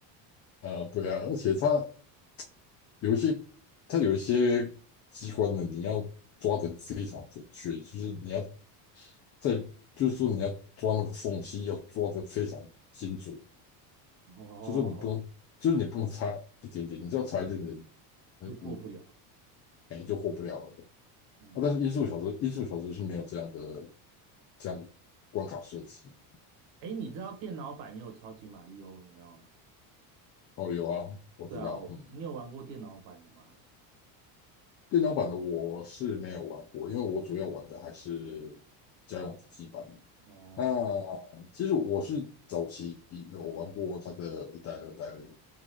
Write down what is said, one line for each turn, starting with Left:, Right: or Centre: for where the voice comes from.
Left: 啊，对啊，而且它有一些，它有一些机关呢，你要抓得非常准确，就是你要在，就是说你要抓那个缝隙，要抓得非常精准，
Right: 哦，
Left: 就是你不能，就是你不能差一点点，你只要差一点点，那你
Right: 就过不了。
Left: 哎就过不了了。
Right: 嗯，
Left: 啊，但是音速小子，音速小子是没有这样的这样的关卡设计。
Right: 哎，你知道电脑版也有超级马里奥，你知道吗？
Left: 哦，有啊，我知道，
Right: 对啊，我你有玩过电脑版的吗？
Left: 嗯。电脑版的我是没有玩过，因为我主要玩的还是家用主机版的。
Right: 哦，
Left: 那其实我是早期有玩过它的一代、二代而已